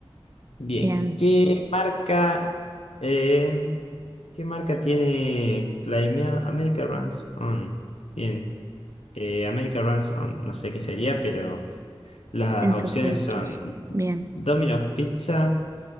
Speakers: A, on the left; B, on the right.
A: Bien,
B: Bien,
A: ¿qué marca, eh, qué marca tiene Climate America Runs On? Bien, Eh, American Ransom, no sé qué sería, pero las
B: en
A: opciones
B: sus productos.
A: son
B: Bien.
A: Domino's Pizza,